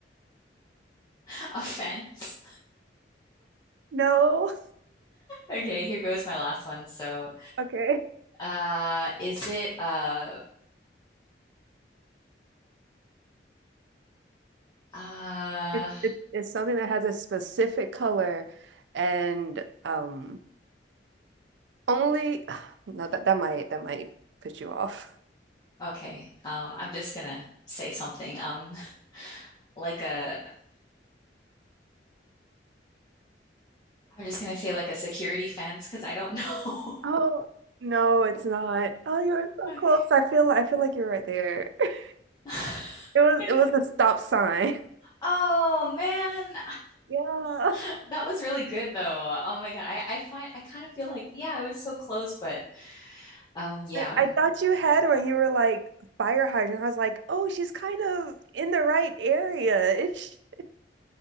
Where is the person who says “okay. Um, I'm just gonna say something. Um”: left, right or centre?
Left